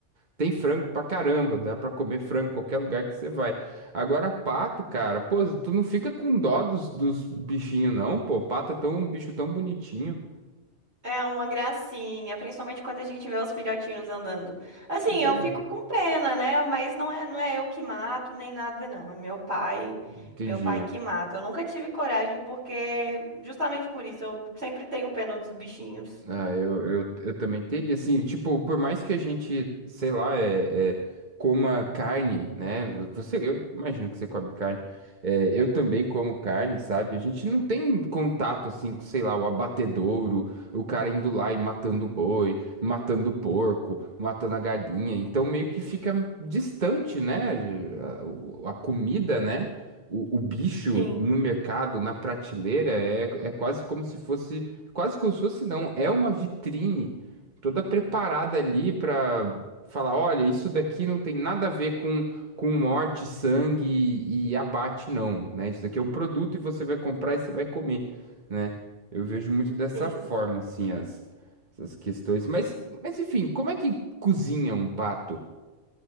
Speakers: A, on the right; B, on the right.
A: tem frango pra caramba, dá pra comer frango em qualquer lugar que você vai. Agora, pato, cara, pô, tu não fica com dó dos, dos bichinhos, não, pô, pato é tão, um bicho tão bonitinho.
B: É uma gracinha, principalmente quando a gente vê os filhotinhos andando. Assim,
A: Pois é,
B: eu fico com pena, né? Mas não é, não é eu que mato nem nada, não. É meu pai,
A: entendi.
B: meu pai que mata. Eu nunca tive coragem porque, justamente por isso, eu sempre tenho pena dos bichinhos.
A: Ah, eu, eu, eu também teria, assim, tipo, por mais que a gente, sei lá, é, é, coma carne, né? Você, eu imagino que você come carne. É, eu também como carne, sabe? A gente não tem contato, assim, com, sei lá, o abatedouro, o cara indo lá e matando o boi, matando o porco, matando a galinha. Então, meio que fica distante, né? de- A, o- a comida, né? O, o bicho
B: Sim,
A: no mercado, na prateleira, é, é quase como se fosse quase como se fosse não, é uma vitrine toda preparada ali para falar, olha, isso daqui não tem nada a ver com com morte, sangue e abate não, né? Isso daqui é um produto e você vai comprar e você vai comer, né? Eu vejo muito dessa
B: sim.
A: forma assim as essas questões, mas mas enfim, como é que cozinha um pato?